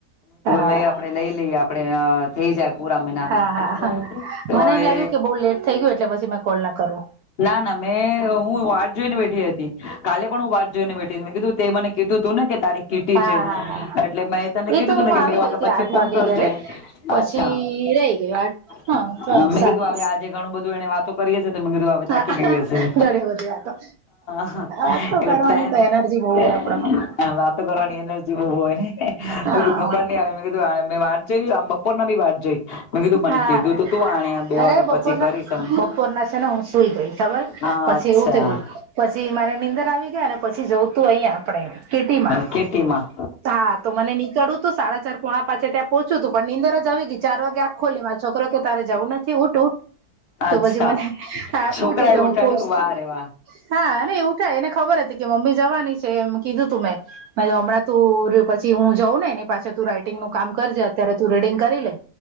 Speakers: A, on the right (about 70°); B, on the left (about 75°).
A: હા
B: લઈ આપડે લઈ લઈએ આપણે થઈ જાય પૂરા મહિનાના
A: હા હા હા
B: તો
A: મને
B: હવે
A: એમ લાગ્યું કે બહ લેટ થઈ ગયું એટલે પછી મે કોલ ના કરું
B: ના ના મેં હું વાત જોઈને બેઠી હ કાલે પણ હું વાત જોઈને બેઠી હતી મે કીધું તે મને કીધું હતું ને કે તારીખ કીટી
A: હા
B: છે
A: હા હા
B: એટલે મેં તને
A: એ
B: કીધું
A: તો
B: તું
A: હું
B: ને કે
A: આવી
B: બે વાગ્યા
A: ગઈ હતી
B: પછી
A: આઠ
B: ફોન
A: વાગે
B: કરજે
A: ઘરે પછી
B: અચ્છા
A: રહી ગયું આઠ હા
B: ગમે
A: તો સાત
B: કીધું આવે આજે ઘણું બધું એને વાતો કરીએ બધું હું
A: હા
B: થાકી ગય હશે
A: ઘણી બધી વાતો
B: હ
A: વાતો
B: એવું
A: કરવાની તો એનર્જી બહુ હોય આપડા
B: <unintelligible>
A: મને
B: વાતો કરવાની એનર્જી બઉ હોય મેં
A: હા
B: કીધું ખબર નઈ અવે મેં કીધું આ મેં વાટ જોઇ આમ બપોરના બી વાટ જોઈ. મેં કીધું
A: હા
B: મને કીધું તો તું આણે બે
A: અરે
B: વાગ્યા
A: બપોરના
B: પછી કરીશ
A: બપોર ના છે ને હું સુઈ ગઈ ખબર
B: હા
A: પછી
B: અચ્છા
A: એવું થયું પછી મારે નીંદર આવી ગઈ અને પછી જવું તું અહીંયા આપણેે કીટીમાં.
B: કેટીમાં
A: હા તો મને નીકળવુ તું સાડા ચાર પોણા પાંચે ત્યાં પોચુવું તું પણ નીંદર જ આવી ગઈ ચાર વાગ્યા ખોલી માર છોકરો કે તારે જાવું નથી ઉઠ ઉઠ. તો
B: અચ્છા
A: પછી મને આ
B: છોકરા
A: ઉઠી
B: એ
A: તો
B: ઉઠાડ્યું
A: હું પોષ્
B: વાહ રે વાહ
A: હા, નેએ ઉઠાય એને ખબર હતી કે મમ્મી જવાની છે એમ કીધું તું મેં. મેંકધુ હમણાં તું પછી હું જઉં ને એની પાછ તું રાઈટિંગનું કામ કરજે અત્યારે તું રીડિંગ કરી લે.